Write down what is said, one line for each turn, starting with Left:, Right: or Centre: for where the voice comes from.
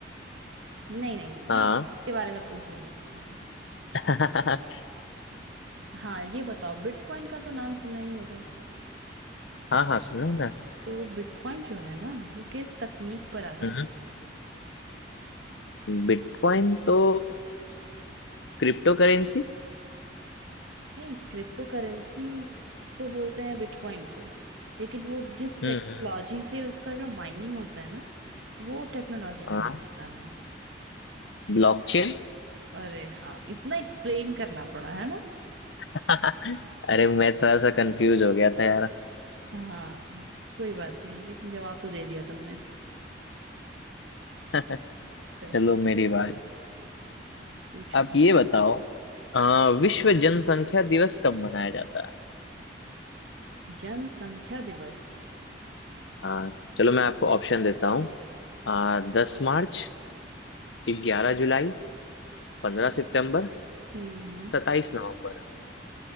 Right: नहीं नहीं नहीं
Left: हाँ
Right: मैं के बारे में अब तुमसे नहीं पूछूंगी
Left: <laughs> हाँ
Right: हाँ ये बताओ बिटकॉइन का तो नाम सुना ही होगा
Left: हाँ सुनो ना
Right: तो बिटकॉइन जो है ना वो किस तकनीक पर आधारित
Left: हम्म बिटकॉइन तो क्रिप्टो करेंसी
Right: नहीं क्रिप्टो करेंसी तो बोलते हैं बिटकॉइन को लेकिन वो जिस
Left: हम्म
Right: टेक्नोलॉजी
Left: हम्म,
Right: से उसका जो माइनिंग होता है ना वो टेक्नोलॉजी का
Left: हाँ
Right: नाम पता नहीं
Left: ब्लॉकचेन
Right: अरे हाँ इतना एक्सप्लेन करना पड़ा है ना
Left: <laughs> अरे मैं थोड़ा सा कंफ्यूज हो गया था यार
Right: हाँ कोई बात नहीं लेकिन जवाब तो दे दिया तुमने
Left: <laughs>
Right: सही
Left: चलो मेरी बारी
Right: पूछो
Left: आप ये बताओ अ, विश्व जनसंख्या दिवस कब मनाया जाता है
Right: जनसंख्या दिवस
Left: आ, चलो मैं आपको ऑप्शन देता हूँ आ, दस मार्च ग्यारह जुलाई पंद्रह सितंबर
Right: हम्म हम्म,
Left: सत्ताईस नवंबर